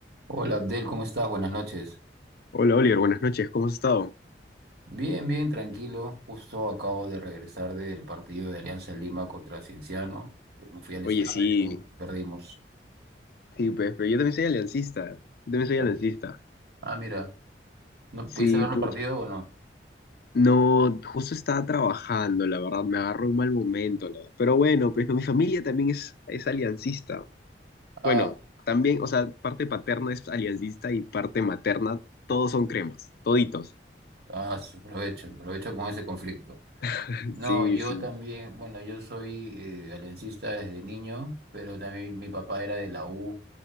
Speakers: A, on the right (about 60°); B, on the left (about 60°).
A: Hola Abdel, ¿cómo estás? Buenas noches.
B: Hola Oliver, buenas noches, ¿cómo has estado?
A: Bien, bien, tranquilo. Justo acabo de regresar del partido de Alianza Lima contra Cienciano. Eh, Me fui al estadio,
B: Oye, sí,
A: perdimos.
B: sí, pues, pero yo también soy aliancista, yo también soy
A: Ya.
B: aliancista.
A: Ah, mira, ¿no
B: Sí,
A: pudiste ver
B: pucha.
A: el partido o no?
B: No, justo estaba trabajando, la verdad, me agarró un mal momento, la verdad. Pero bueno, pues no, mi familia también es, es aliancista.
A: Ah,
B: Bueno, también, o sea, parte paterna es aliancista y parte materna, todos son cremas, toditos.
A: ah, su- aprovecho, aprovecho con ese conflicto.
B: <laughs>
A: No,
B: Sí,
A: yo
B: sí.
A: también, bueno, yo soy eh, aliancista desde niño, pero también mi papá era de la U